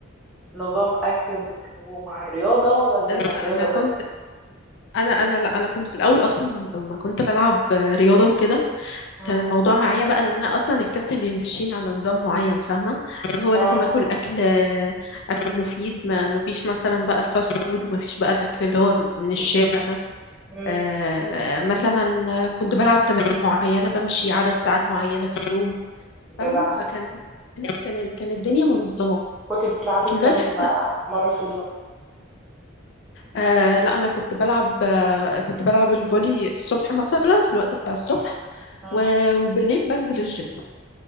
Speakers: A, in the centre; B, on the left.
A: نظام اكل و- ومع الرياضة ولا
B: لا
A: كان رياضة
B: انا
A: بس؟
B: كنت انا انا لا انا كنت في الاول اصلا لما كنت بلعب آه، رياضة وكده
A: مم.
B: كان الموضوع معايا بقى ان انا اصلا الكابتن بيمشيني على نظام معين فاهمة اللي هو لازم
A: اه
B: اكل اكل آه، اكل مفيد ما ما فيش مثلا بقى الفاست فود وما فيش بقى الاكل اللي هو من الشارع ده
A: مم.
B: آه، مثلا كنت بلعب تمارين معينة بمشي عدد ساعات معينة في اليوم فاهمة
A: جدع
B: فكان كان كان الدنيا منظمة
A: كنت بتلعبي
B: لكن
A: كم
B: دلوقتي حاسة
A: آه، مرة في اليوم
B: آه لا أنا كنت بلعب آه كنت بلعب الفولي الصبح مثلا في الوقت بتاع الصبح
A: مم. مم.
B: و- وبالليل بنزل الجيم